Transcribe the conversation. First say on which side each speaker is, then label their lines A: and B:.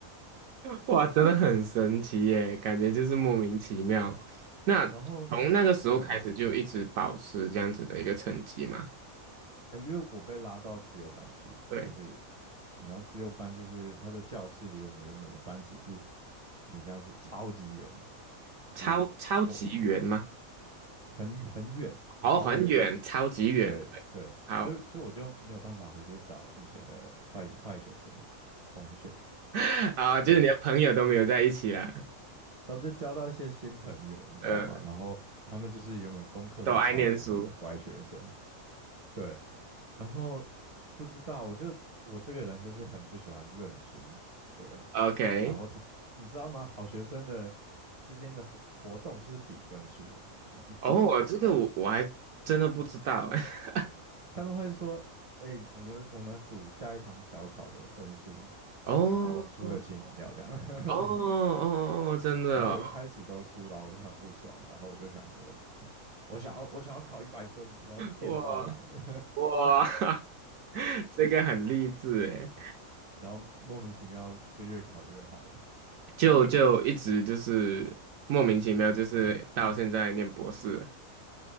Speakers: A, on the right; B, on the right.
A: 哇，真的很神奇耶，感觉就是莫名其妙。
B: <laughs>
A: 那从那个时候开始就一直保持这样子的一个成绩嘛？
B: 然后对，哎，因为我被拉到自由班去了，
A: 对，
B: 就是然后自由班就是他的教室离我们原本的班级是很像是超级远的，就是我我
A: 超超级远吗？
B: 很很远，
A: 哦，
B: 超远。
A: 很远，超级远。
B: 对对，
A: 对好，
B: 所以所以我就没有办法回去找以前的坏坏学生同学，
A: <laughs> 啊，
B: 对，
A: 就是你的朋友都没有在一起啦，
B: 然后就交到一些新朋友，你知道吗？
A: 呃，
B: 然后他们就是原本功课都超级好的乖学生，
A: 都爱念书。
B: 对，然后不知道，我就我这个人就是很不喜欢认输，对，
A: OK，
B: 然后他，你知道吗？好学生的之间的活活动就是比分数啊，
A: 哦，这个我我还真的不知道哎。<laughs>
B: 他们会说，哎、我们我们赌下一堂小考的分数，
A: 哦哦
B: 然后输的请饮料这样。<laughs>
A: 哦哦，真的哦，
B: 然后我一开始都输了，我就很不爽，然后我就想说，我想要我想要考一百分，我要电爆他们，
A: 哇哇，<laughs> 这个很励志哎，
B: <laughs> 然后莫名其妙就越考越好了，
A: 就就一直就是莫名其妙，
B: 对。
A: 就是到现在念博士了，